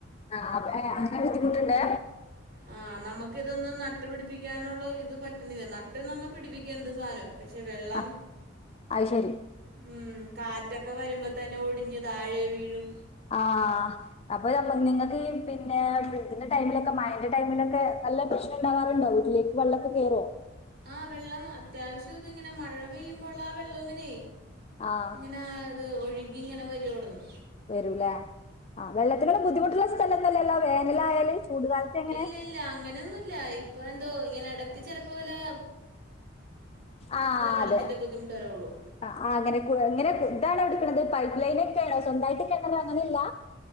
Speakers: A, on the left; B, on the right.
A: ആ അപ്പ ഏ അങ്ങനെ ബുദ്ധിമുട്ടുണ്ടേ
B: ആ നമുക്ക് ഇതൊന്ന് നട്ട് പിഠിപ്പിക്കാനുള്ള ഇത് പറ്റുന്നില്ല നട്ട് നമ്മ പിടിപ്പിക്കുന്ന സാനം പക്ഷേ വെള്ളം
A: ആ അത് ശരി
B: ഉം കാറ്റൊക്കെ വരുംമ്പതന്നെ ഒടിഞ്ഞ്താഴെ വീഴും
A: ആ അപ്പൊ നമ്മ നിങ്ങക് പിന്നെ ബ്രിഡ്ജിന്റെ ടൈമിലൊക്കെ മഴന്റെ ടൈമിലൊക്കെ നല്ല പ്രശ്നം ണ്ടാകാറുണ്ടൊ വീട്ടിലേക്ക് വള്ളക്കെ കേറൊ
B: ആ വെള്ളം അത്യാവശ്യ ദ്‌ ങ്ങനെ മഴ പെയ്യുമ്പൊള്ള ആ വെള്ളങ്ങനെ
A: ആ
B: ങ്ങനേദ് ഒഴിക് ഇങ്ങനെ വെരൊട്ന്ന്
A: വരൂല അ വെള്ളത്തിന് ബുദ്ധിമുട്ട്ള്ള സഥലം ന്നൊല്ലല്ലൊ വേനലായാല് ചൂട് കാലത്ത് എങ്ങനെ
B: ഇല്ലല്ല അങ്ങനൊന്നുല്ല ഇപ്പെന്തൊ ഇങ്ങനെ എടക്ക് ചെല പൊലാ
A: ആ
B: വെള്ളത്തിന്റെ
A: അതെ
B: ബുദ്ധിമുട്ട് വരുള്ളൂ
A: അ അങ്ങനെ ക് താണിട്ക്ക്ണത് പൈപ് ലൈനൊക്കെണ് സ്വന്തായിട്ട് കെണറ് അങ്ങനെല്ല